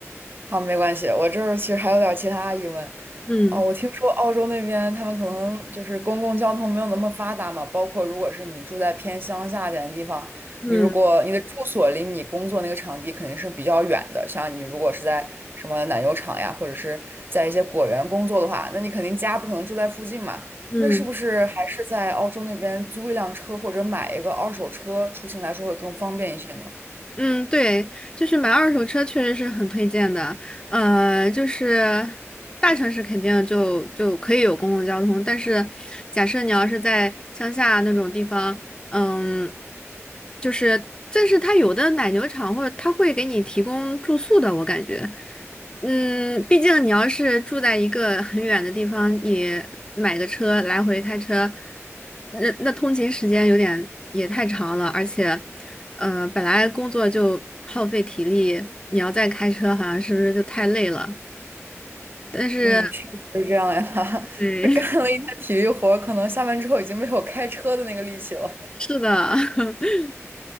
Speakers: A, on the right; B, on the left.
A: 好，没关系，我这儿其实还有点儿其他疑问
B: 嗯
A: 哦，我听说澳洲那边他们可能就是公共交通没有那么发达嘛，包括如果是你住在偏乡下一点的地方，
B: 嗯
A: 你如果你的住所离你工作那个场地肯定是比较远的。像你如果是在什么奶油厂呀，或者是在一些果园工作的话，那你肯定家不可能住在附近嘛。
B: 嗯。
A: 那是不是还是在澳洲那边租一辆车或者买一个二手车出行来说会更方便一些呢？
B: 嗯，对，就是买二手车确实是很推荐的。呃，就是大城市肯定就就可以有公共交通，但是假设你要是在乡下那种地方，嗯，就是，但是它有的奶牛场或者它会给你提供住宿的，我感觉。嗯，毕竟你要是住在一个很远的地方，你买个车来回开车，那那通勤时间有点也太长了，而且，呃，本来工作就耗费体力，你要再开车，好像是不是就太累了？但是，
A: 嗯，确实是这样呀。<laughs>
B: 对，
A: 这干了一天体力活，可能下班之后已经没有开车的那个力气了。
B: <laughs> 是的，<laughs>